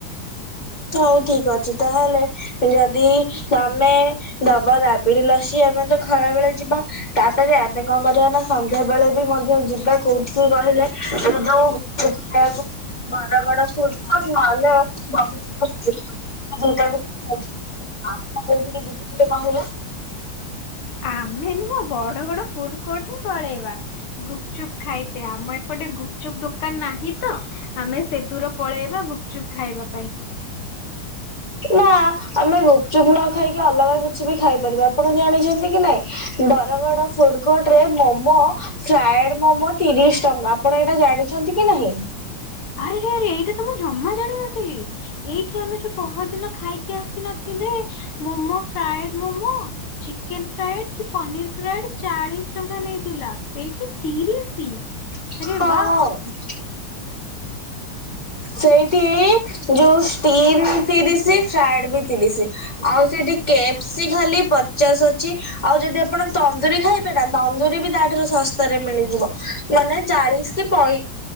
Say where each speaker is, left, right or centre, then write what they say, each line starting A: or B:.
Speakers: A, on the left; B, on the left.
A: ହଉ ଠିକ ଅଛି ତାହେଲେ। ଯଦି ତମେ ଦବ ରାବିଡି ଲସି ଆମେ ତ ଖରା ବେଳେ ଯିବା। ତାପରେ ଆମେ କଣ କରିବା ନା ସନ୍ଧ୍ୟା ବେଳେ ବି ମଧ୍ୟ ଯିବା କୋଉଠିକି କହିଲେ ଏ ଯୋଉ <unintelligible> ବର ଗଡ ସ୍ରୁ ତ ନହେଲେ ମ <unintelligible> <unintelligible> କୋଉଠିକି ଯିବି ଟିକେ କହିଲ?
B: ଆମେ ନୁହଁ ବଡ ଗଡ ଫୁଡ କୋର୍ଟ ହିଁ ପଳେଇବା ଗୁପ୍ ଚୁପ୍ ଖାଇତେ ଆମ ଏପଟେ ଗୁପଚୁପ୍ ଦୋକାନ ନାହିଁ ତ ଆମେ ସେଦୂର ପଳେଇବା ଗୁପଚୁପ୍ ଖାଇବା ପାଇଁ।
A: ନା ଆମେ ଗୁପଚୁପ ନ ଖାଇକି ଅଲଗା କିଛି ବି ଖାଇପାରିବା ଆପଣ ଜାଣିଛନ୍ତି କି ନାଇଁ। ବରଗଡ ଫୁଡ କୋର୍ଟ ରେ ମୋମ ଫ୍ରାଏଡ ମମୋ ତିରିଶ ଟଙ୍କା ଆପଣ ଏଇଟା ଜାଣିଛନ୍ତି କି ନାହିଁ।
B: ଆରେ ଆରେ ଏଇଟା ତ ମୁଁ ଜମା ଜାଣିିନଥିଲି। ଏଇଠି ଆମେ ଯୋଉ ପହରଦିନ ଖାଇକି ଆସି ନଥିଲେ momo fried momo. Chicken fried କି ପନିର ଫ୍ରାଏଡ ଚାଳିଶ ଟଙ୍କା ନେଇଥିଲା ସେଇଠି ତିରିଶି।
A: ହଁ।
B: ଆରେ ବା
A: ସେଇଠି ଯୋଉ ଷ୍ଟିମ୍ ତିରିସି ଫ୍ରାଏଡ ବି ତିରିସି। ଆଉ ସେଠି କେପ୍ସି ଖାଲି ପଚାଶ ଅଛି। ଆଉ ଯଦି ଆପଣ ତନ୍ଦୁରୀ ଖାଇବେ ନା ତନ୍ଦୁରୀ ବି ତାଠାରୁ ଶସ୍ତାରେ ମିଳିଯିବ। ମାନେ ଚାଳିଶ କି ପଇ